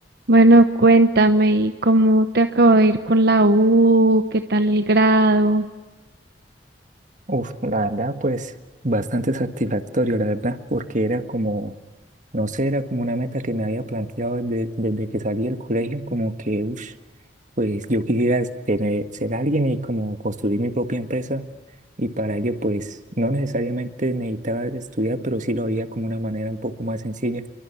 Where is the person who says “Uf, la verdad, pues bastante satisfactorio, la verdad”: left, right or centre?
Right